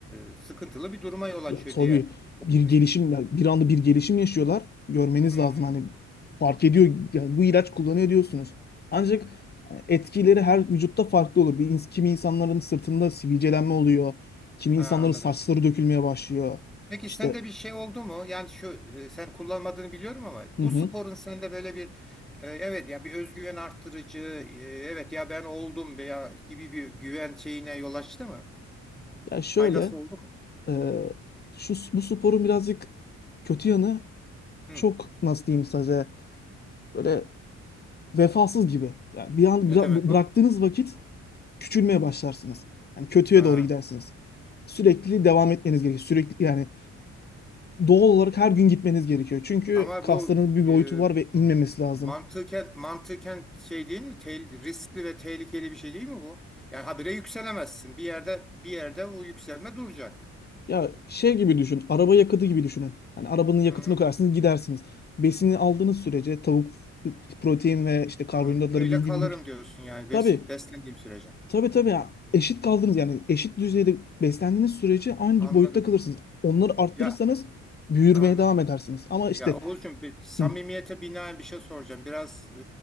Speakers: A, in the centre; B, on the left (about 35°).
A: e, sıkıntılı bir duruma yol açıyor
B: Ya tabii
A: diye okumuştum.
B: bir gelişim ya bir anda bir gelişim yaşıyorlar. Görmeniz
A: Hmm.
B: lazım hani fark ediyor yani bu ilaç kullanıyor diyorsunuz. Ancak hani etkileri her vücutta farklı olur. Bir, ins- kimi insanların sırtında sivilcelenme oluyor. Kimi
A: Ha,
B: insanların
A: anladım.
B: saçları dökülmeye başlıyor.
A: Peki
B: İşte
A: sende bir şey oldu mu? Yani şu e, sen kullanmadığını biliyorum ama
B: hı
A: bu
B: hı.
A: sporun sende böyle bir e, evet ya bir özgüven arttırıcı, e, evet ya ben oldum veya gibi bir güven şeyine yol açtı mı?
B: Ya şöyle
A: Faydası oldu mu?
B: e, şu bu sporun birazcık kötü yanı
A: Hı.
B: çok nasıl diyeyim size böyle vefasız gibi. Yani bir an
A: Ne
B: bıra-
A: demek o?
B: bıraktığınız vakit küçülmeye başlarsınız. Yani kötüye
A: Ha.
B: doğru gidersiniz. sürekli devam etmeniz gerekiyor. Sürekli yani doğal olarak her gün gitmeniz gerekiyor. Çünkü
A: Ama
B: kasların
A: bu
B: bir
A: e,
B: boyutu var ve
A: m-
B: inmemesi
A: mantıken
B: lazım.
A: mantıken şey değil mi? Tel- riskli ve tehlikeli bir şey değil mi bu? Yani habire yükselemezsin. Bir yerde bir yerde bu yükselme duracak.
B: Ya şey gibi düşün. Araba yakıtı gibi düşünün. Hani arabanın yakıtını
A: Hı,
B: koyarsınız gidersiniz. Besini aldığınız sürece tavuk protein ve işte karbonhidratları
A: hı. Öyle
B: düzgün
A: kalırım
B: yük...
A: diyorsun yani bes
B: Tabii
A: beslendiğim sürece.
B: tabii tabii ya. Eşit kaldınız yani eşit düzeyde beslendiğiniz sürece aynı
A: Anladım.
B: boyutta kalırsınız. Onları arttırırsanız
A: Ya
B: büyürmeye
A: anladım.
B: devam edersiniz. Ama işte
A: Ya Oğuzcum bir samimiyete
B: hı,
A: binaen bir şey soracağım. Biraz e,